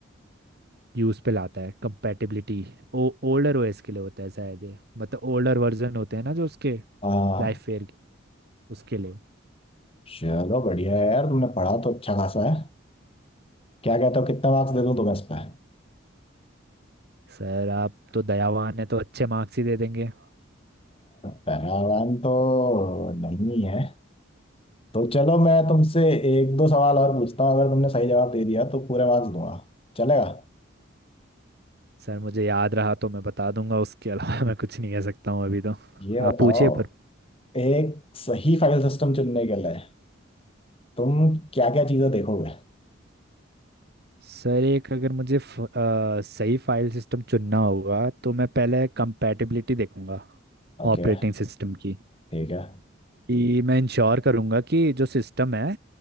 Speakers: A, on the right (about 55°); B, on the left (about 30°).
A: यूज़ पे लाता है कंपैटिबिलिटी ओ ओल्डर ओएस के लिए होता है शायद ये मतलब ओल्डर वर्जन होते हैं ना जो उसके
B: हाँ
A: लाइफ फेयर के उसके लिए
B: चलो बढ़िया है यार तुमने पढ़ा तो अच्छा खासा है क्या कहते हो कितना मार्क्स दे दूं तुम्हें इस पर
A: सर आप तो दयावान है तो अच्छे मार्क्स ही दे देंगे
B: पैरावान तो नहीं है तो चलो मैं तुमसे एक दो सवाल और पूछता हूँ अगर तुमने सही जवाब दे दिया तो पूरे मार्क्स दूंगा चलेगा
A: सर मुझे याद रहा तो मैं बता दूंगा उसके अलावा मैं कुछ नहीं कह सकता हूँ अभी तो
B: ये
A: आप
B: बताओ
A: पूछिए पर
B: एक सही फाइल सिस्टम चुनने के लिए तुम क्या क्या चीजें देखोगे
A: सर एक अगर मुझे फ, अ, सही फाइल सिस्टम चुनना होगा तो मैं पहले कंपैटिबिलिटी देखूंगा
B: ओके
A: ऑपरेटिंग सिस्टम की
B: ठीक है
A: कि मैं इंश्योर करूंगा कि जो सिस्टम है